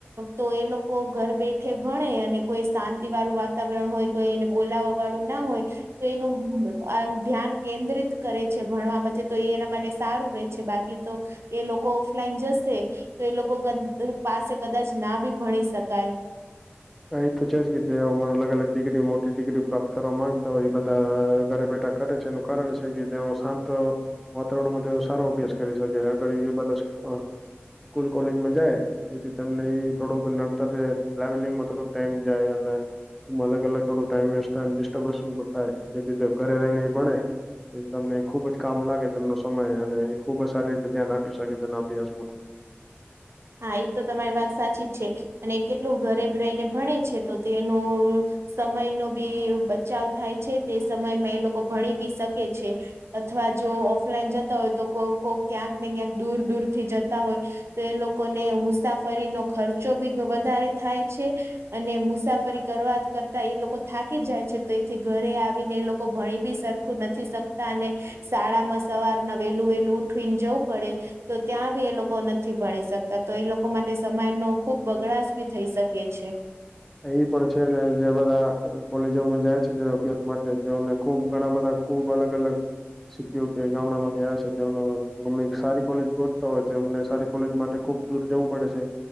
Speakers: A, on the right (about 75°); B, in the centre.
A: તો એ લોકો ઘર બેઠે ભણે અને કોઈ શાંતિ વાળું વાતાવરણ હોય. કોઈ એને બોલાવા વાળું ના હોય. તો એનું આમ ધ્યાન કેન્દ્રિત કરે છે ભણવા માટે તો એ એના માટે સારું રહે. બાકી તો એ લોકો. ઓલાઈન જશે તો એ લોકો પાસે કદાચ ના બી ભણી શકાય.
B: હા એ તો છે જ કે જેને અલગ અલગ ડિગ્રી મોટી ડિગ્રીઓ પ્રાપ્ત કરવા માંગતા હોય એ બધા ઘરે બેઠા કરે છે. કારણ છે કે તેઓ શાંતો વાતાવરણમાં સારો અભ્યાસ કરી શકે આગળ એ બધા સ્કૂલ કોલેજમાં જાય એથી તમને એ થોડુંક નડતર ટ્રાવેલિંગમાં થોડુંક ટાઈમ જાય એલે. એમાં અલગ અલગ થોડું ટાઈઇ વ થાય ડિસ્ટર્બન્સન પણ થાય જેથી ઘરે રહી ને પડે. એ તમને ખુબ જ કામ લાગે તનો સમય અને ખુબ જ સારી રીતે ધ્યાન આપી શકે તેના અભ્યાસમાં
A: હા એ તો તમારી વાત સાચી જ છે અને કેટલું ગરેબ રહીને ભણે છે તો તેનું સમય ન બી બચાવ થાય છે તે સમયમાં એ લોકો ભણી બી શકે છે. અથવા જો ઓફલાઈન જતા હોય તો કોઈ કો ક્યાંક ને ક્યાંક દૂર દૂરથી જતા હોય. તો એ લોકોને મુસાફરીનો ખર્ચો બી વધારે થાય છે. અને મુસાફરી કરવા કરતા એ લોકો થાકી જાય છે તો એથી ઘરે આવીને એ લોકો ભણી બી સર આખું નથી શકતા અને શાળામાં સવારના વેલું વેલું ઉઠવીને જવું પડે. તો ત્યાં બી એ લોકો નથી ભણી શકતા. ત તો એ લોકો માટે સમય નો ખુબ બગડાશ ભી થઈ શકે છે.
B: એ પણ છે ને જે બધા કોલેજોમાં જાય છે અભ્યાસ માટે તેઓને ખુબ ઘણા બધા. ખૂબ અલગ અલગ સિટીઓ કે ગામડામાંથી આવે છે એ મમ્મે સારી કોલેજ ગોઠતા હોય તો એમને સારી કોલેજ માટે ખુબ દૂર જવું પડે છે